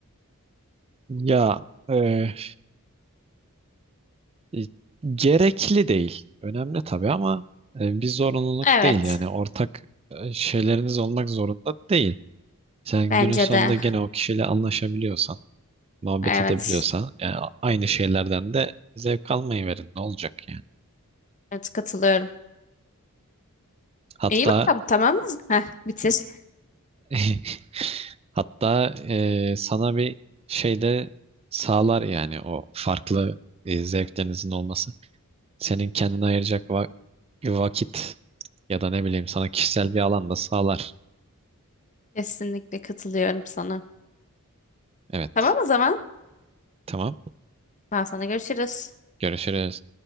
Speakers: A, on the right (about 25°); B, on the left (about 35°).
A: Ya e, e, gerekli değil. Önemli tabii ama e, bir zorunluluk
B: Evet,
A: değil yani ortak e, şeyleriniz olmak zorunda değil. Sen
B: bence
A: günün sonunda
B: de.
A: gene o kişiyle anlaşabiliyorsan, muhabbet
B: Evet,
A: edebiliyorsan yani aynı şeylerden de zevk almayı verin ne olacak yani.
B: evet katılıyorum.
A: Hatta
B: İyi bakalım tamam mı? Heh, bitir.
A: <laughs> Hatta e, sana bir şey de sağlar yani o farklı e, zevklerinizin olması. Senin kendine ayıracak va- vakit ya da ne bileyim sana kişisel bir alan da sağlar.
B: Kesinlikle katılıyorum sana.
A: Evet.
B: Tamam o zaman.
A: Tamam.
B: Ben sana görüşürüz.
A: Görüşürüz.